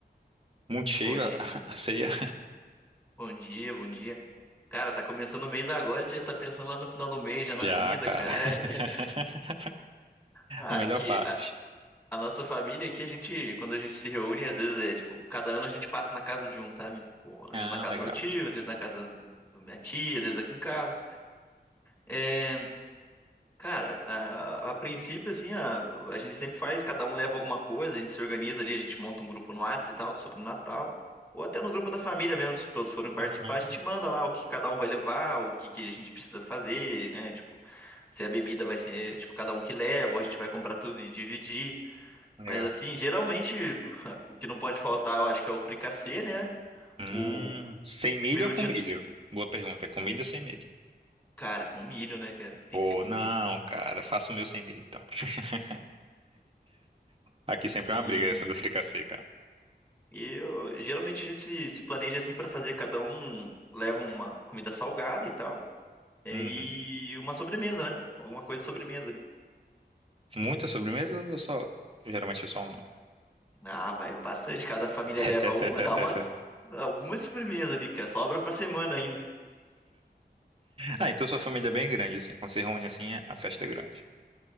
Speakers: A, on the right; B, on the left.
A: muito cheio
B: Bom dia,
A: a, <laughs> a ceia?
B: bom dia, bom dia. Cara, tá começando o mês agora, e você já tá pensando lá no final do mês, já na
A: Já,
B: comida,
A: cara.
B: cara. <laughs>
A: <laughs>
B: Ah,
A: A melhor
B: que
A: parte.
B: a, a nossa família aqui, a gente, quando a gente se reúne, às vezes é tipo, cada ano a gente passa na casa de um, sabe? Tipo, às vezes
A: Ah,
B: na casa
A: legal.
B: do meu tio, às vezes na casa da minha tia, às vezes aqui em casa. É, Cara, a, a princípio, assim, a, a gente sempre faz, cada um leva alguma coisa, a gente se organiza ali, a gente monta um grupo no Whats e tal, sobre o Natal. Ou até no grupo da família mesmo, se todos forem participar,
A: Uhum,
B: a gente manda lá o que cada um vai levar, o que, que a gente precisa fazer, né? Tipo, se a bebida vai ser, tipo, cada um que leva, ou a gente vai comprar tudo e dividir.
A: legal.
B: Mas, assim, geralmente, <laughs> o que não pode faltar, eu acho que é o fricassê, né?
A: Hum,
B: O,
A: sem milho
B: o peru
A: ou com
B: de...
A: milho? Boa pergunta. É com milho ou sem milho?
B: Cara, com milho, né, cara? Tem
A: Ou
B: que ser com
A: não,
B: milho.
A: cara, faço o meu sem milho então. <laughs> Aqui sempre
B: E
A: é uma briga essa do fricassê, cara.
B: E eu- geralmente a gente se, se planeja assim para fazer, cada um leva uma comida salgada e tal, e
A: Uhum.
B: uma sobremesa, né? Alguma coisa de sobremesa ali.
A: Muitas sobremesas ou só? Geralmente é só uma.
B: Ah, vai bastante, cada família
A: <laughs>
B: leva uma, dá umas algumas sobremesas ali, cara, sobra pra semana ainda.
A: Ah, então sua família é bem grande, assim. Quando se reúne assim, a festa é grande.